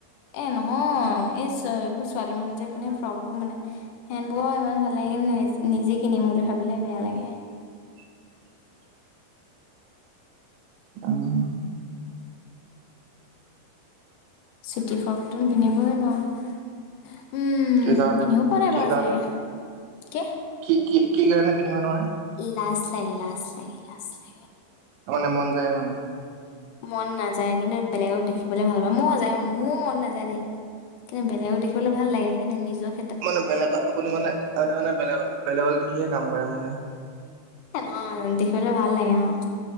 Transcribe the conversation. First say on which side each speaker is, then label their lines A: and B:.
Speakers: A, on the left; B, on the right.
A: এ নহয়, এই এইবোৰ ছোৱালী মানুহ যে পিন্ধে ফ্ৰক বোৰ মানে সেনবোৰ ইমান ভাল লাগিল। নিজে কিনিম বুলি ভাবিলে বেয়া লাগে।
B: <inaudible> আহ।
A: চুটি ফ্ৰকটো পিন্ধিবই নোৱাৰোঁ। উম,
B: কি কাৰণে
A: পিন্ধিও পোৱা নাই
B: কি
A: বাৰু
B: কাৰণে
A: আজিলেকে কে।
B: কি কি কি কাৰণে পিন্ধিব নোৱাৰে?
A: লাজ লাগে, লাজ লাগে, লাজ লাগে।
B: মানে, মন যায় মানে।
A: মন নাযায়, কিন্তু বেলেগক দেখিবলৈ ভাল পাওঁ। মোৰ সজায় মোৰ মন নাযায় দেই। কিন্তু বেলেগক দেখিবলৈ ভাল লাগে। কিন্তু নিজক
B: মানে বেলেগ আপুনি মানে মানে বেলেগ বেলেগক দেখিহে কাম কৰে মানে।
A: অ' দেখিবলৈ ভাল লাগে অ'।